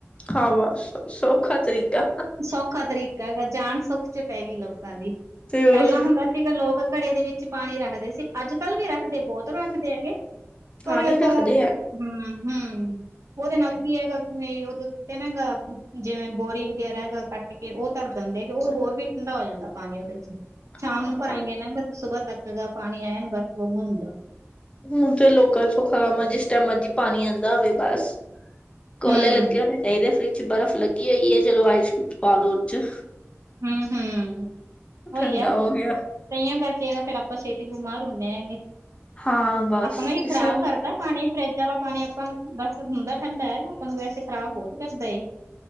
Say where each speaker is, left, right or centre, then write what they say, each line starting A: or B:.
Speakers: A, on the left; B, on the right.
A: ਹਾਂ ਬਸ ਸੌਖਾ ਤਰੀਕਾ
B: ਸੌਖਾ ਤਰੀਕਾ ਹੈਗਾ ਜਾਨ ਸੁੱਖ 'ਚ ਪੈ ਗਈ ਲੋਕਾਂ ਦੀ
A: ਤੇ ਹੋਰ
B: ਪੈਲਾਂ ਹੁੰਦਾ ਸੀਗਾ ਲੋਕ ਘੜੇ ਦੇ ਵਿੱਚ ਪਾਣੀ ਰੱਖਦੇ ਸੀ। ਅੱਜ ਕੱਲ੍ਹ ਵੀ ਰੱਖਦੇ ਬੋਤ ਰੱਖਦੇ ਹੈਗੇ ਪਰ
A: ਪਾਣੀ
B: ਹਮ
A: ਰੱਖਦੇ ਆ
B: -ਹਮ ਉਹਦੇ ਨਾਲ ਕੀ ਹੈਗਾ ਉਹਦੇ ਉੱਤੇ ਨਾਗਾ ਜਿਵੇਂ ਬੋਰੀ। ਹੈਗਾ ਕੱਟ ਕੇ ਉਹ ਧਰ ਦਿੰਦੇ ਹੈਗੇ ਉਹ ਹੋਰ ਵੀ ਠੰਡਾ ਹੋ ਜਾਂਦਾ ਪਾਣੀ ਉਹਦੇ ਚ। ਸ਼ਾਮ
A: ਹਾਂ
B: ਨੂੰ
A: ਬਸ
B: ਭਰਾਂਗੇ ਨਾ ਸੁਬਾਹ ਤੱਕ ਪਾਣੀ ਐਂਣ ਬਰਫ ਵਾਗੂੰ ਹੁਦੈ।
A: ਹੁਣ ਤੇ ਲੋਕਾਂ ਸੌਖਾ ਕੰਮ ਹੈ ਜਿਸ ਟਾਈਮ ਮਰਜੀ ਪਾਣੀ ਆਉਂਦਾ ਹੋਵੇ ਬਸ। ਕੋਲੇ
B: ਹੂੰ,
A: ਲੱਗੇ ਹੋਣੇ ਚਾਹੀਦੇ ਫਰਿਜ ਚ ਬਰਫ਼ ਲੱਗੀ ਹੋਈ ਹੈ ਚਲੋ ਆਈਸਕ੍ਰੀਮ ਪਾਲੋ ਚ।
B: ਹਮ ਹਮ
A: ਠੰਡਾ
B: ਉਹੀ ਹੈ। ਤਇੳ
A: ਹੋ ਗਿਆ
B: ਕਰਕੇ ਫੇਰ ਆਪਾਂ ਛੇਤੀ ਬਿਮਾਰ ਹੁੰਦੇ ਹਾਂ।
A: ਹਾਂ ਬਸ
B: ਆਪਣਾ ਹੀ
A: ਇਸ
B: ਖ਼ਰਾਬ ਕਰਦਾ ਪਾਣੀ ਫਰਿੱਜ। ਪਾਣੀ ਆਪਾਂ ਨੂੰ ਬਸ ਹੁੰਦਾ ਠੰਡਾ ਹੈ ਆਪਾਂ ਨੂੰ ਵੈਸੇ ਖ਼ਰਾਬ ਬਹੁਤ ਕਰਦਾ ਏ।